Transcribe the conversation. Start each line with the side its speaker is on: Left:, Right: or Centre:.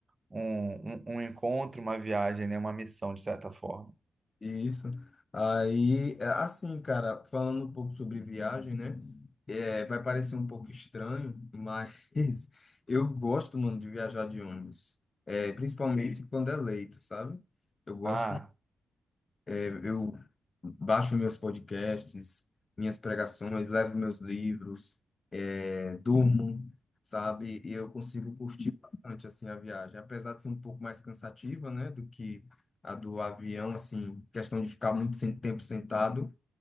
Right: um, um, um encontro, uma viagem, né? Uma missão, de certa forma.
Left: Isso. Aí, é, assim, cara, falando um pouco sobre viagem, né? É, vai parecer um pouco estranho, mas <laughs> eu gosto, mano, de viajar de ônibus. É, principalmente quando é leito, sabe? Eu gosto
Right: Ah,
Left: Eu baixo meus podcasts, minhas pregações, levo meus livros, eh, durmo, sabe? E eu consigo curtir bastante assim a viagem, apesar de ser um pouco mais cansativa, né, do que a do avião, assim, questão de ficar muito sem tempo sentado,